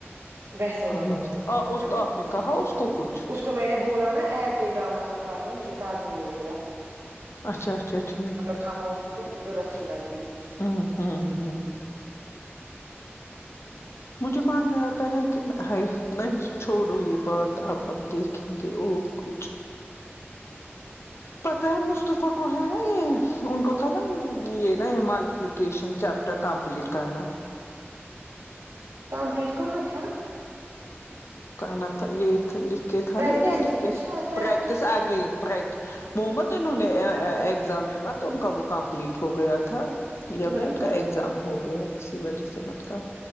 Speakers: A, on the right; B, on the left.
A: ویسا
B: گا
A: ہی ولو کوہے
B: اس
A: نہ
B: تو آپ نے کہا اس کوکچھ
A: اس کو میں نے بونا نا ایپ پہ ڈاؤن لوڈ کرنا مجھے کازن نہیں بولا
B: اچھا اچھا ٹھیک
A: کب آؤگی تو ضرور اچھی لگے گی
B: اں ہاں ہاں مجھے مان میں آتا ہے کہ نہیں چھوڑو یہ بات اب اب دیکھیں گے اور کچھ پتہ ہے مصطفی کو ہے نا یہ ان کو تھا نا یہ نا یہ مالک اپپلییکیشن چیپٹر کمپلیٹ کرنا
A: کمپلیٹ کہاں تھا
B: کر نا تھا یہ لکھ کے تھا
A: پریکٹس
B: نا کیا
A: تھی
B: لکھ کے
A: نا
B: تھا
A: شاید پریکٹس
B: پرییکٹس اگین
A: تھی
B: پرییکٹس مت انہوں نے ایگزام میں مت تو ان کا وہ کمپلیٹ ہو گیا تھا جب
A: نہ
B: نا ان
A: نہ
B: کا ایگزام ہو گیا ہے اسی وجہ سے مت کہ